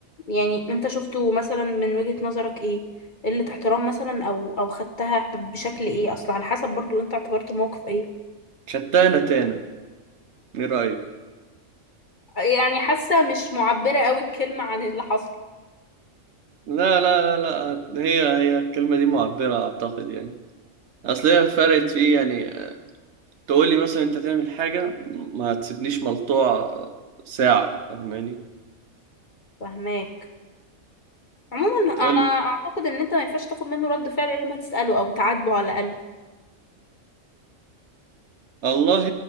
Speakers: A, on the left; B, on the right.
A: يعني انت شفته مثلا من وجهة نظرك ايه قلة احترام مثلا او او خدتها بشكل ايه اصل على حسب برضو انت اعتبرت الموقف ايه
B: شتانة تانة ايه رأيك
A: يعني حاسة مش معبرة قوي الكلمة عن اللي حصل
B: لا لا لا لا هي هي الكلمة دي معبرة أعتقد يعني أصل هي فرقت في إيه يعني تقولي مثلا أنت تعمل حاجة ما هتسيبنيش ملطوع ساعة فاهماني
A: فهماك عموما انا
B: تقول
A: اعتقد ان انت ما ينفعش تاخد منه رد فعل الا لما تسأله او تعاتبه على الاقل
B: والله